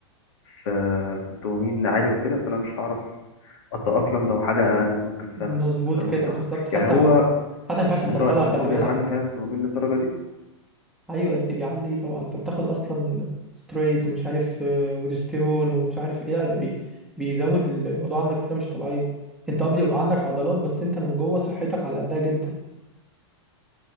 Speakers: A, on the left; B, in the centre.
A: في في الدوبامين عالي وكده فانا مش هعرف أتأقلم لو حاجة أقل ممكن فعلا
B: مظبوط
A: كلامك
B: كده
A: صح
B: بالظبط حتى
A: يعني هو
B: ما حتى ما ينفعش تبطلها
A: من رأيك إن
B: خلي
A: هو
B: بالك
A: بيعلي فعلا الدوبامين للدرجة دي؟
B: ايوه يا ابني بيعليه طبعا انت بتاخد اصلا سترويد ومش عارف آه، وديستيرون ومش عارف ايه لا ده بي... بيزود الموضوع عندك بطريقه مش طبيعيه انت اه بيبقى عندك عضلات بس انت من جوه صحتك على قدها جدا